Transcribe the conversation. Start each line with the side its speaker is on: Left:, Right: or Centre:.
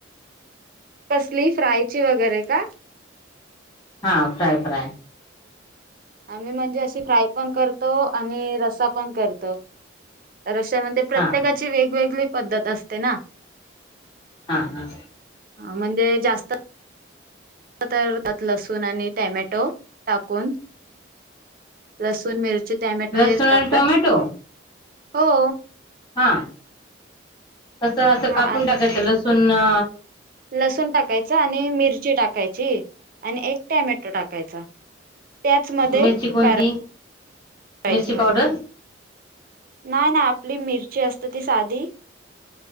Right: कसली फ्रायची वगैरे का?
Left: हा फ्राय फ्राय.
Right: आम्ही म्हणजे अशी फ्राय पण करतो. आणि रसा पण करतो. रश्यामध्ये प्रत्येकाची
Left: हा
Right: वेगवेगळी पद्धत असते ना.
Left: हा हा.
Right: हा म्हणजे जास्त तर. लसूण आणि टॅमॅटो टाकून लसूण मिरची टॅमॅटो
Left: लसूण
Right: हेच
Left: आणि
Right: टाकतात
Left: टोमॅटो
Right: हो.
Left: हा कस असं
Right: हा
Left: कापून टाकायचं लसूण अ.
Right: लसूण टाकायच आणि मिरची टाकायची आणि एक टॅमॅटो टाकाय त्याच मध्ये
Left: मिरची
Right: फ्राय
Left: कोणती
Right: करायचे
Left: मिरची
Right: मच्छी
Left: पावडर
Right: नाही नाही आपली मिरची असते ती साधी.